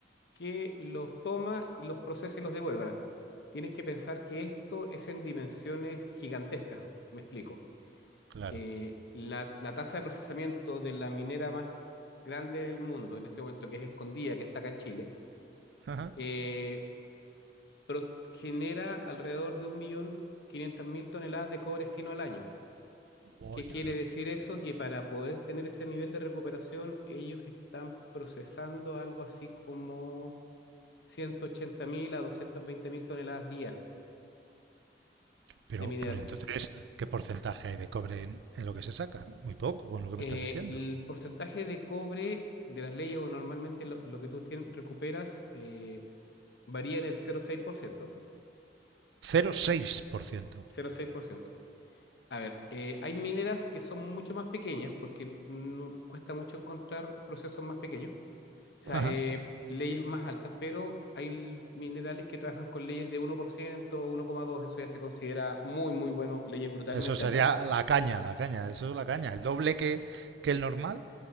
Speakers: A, on the left; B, on the right.
A: que los toma y los procesa y los devuelve. Ahora, Tienes que pensar que esto es en dimensiones gigantescas, me explico.
B: claro.
A: Eh, la, la tasa de procesamiento de la minera más grande del mundo en este momento, que es Escondida, que está acá en Chile,
B: Ajá.
A: eh, pero genera alrededor de un millón quinientas mil toneladas de cobre fino al año.
B: Oye,
A: ¿Qué quiere decir eso? Que para poder tener ese nivel de recuperación, ellos están procesando algo así como 180.000 a 220.000 toneladas día
B: pero,
A: de mineral.
B: pero entonces, ¿qué porcentaje hay de cobre en, en lo que se saca? Muy poco, con lo que
A: Eh,
B: me estás diciendo.
A: el porcentaje de cobre de las leyes o normalmente lo, lo que tú tien- recuperas eh, varía en el cero Cero seis seis por ciento.
B: 0,6%.
A: cero coma seis por ciento. A ver, eh, hay mineras que son mucho más pequeñas porque no cuesta mucho encontrar procesos más pequeños, o sea,
B: Ajá.
A: eh, leyes más altas, pero hay l- minerales que trabajan con leyes de 1%, 1,2, eso ya se considera muy, muy bueno, leyes brutalmente
B: Eso sería
A: altas.
B: la caña, la caña, eso es la caña. El doble que, que el normal.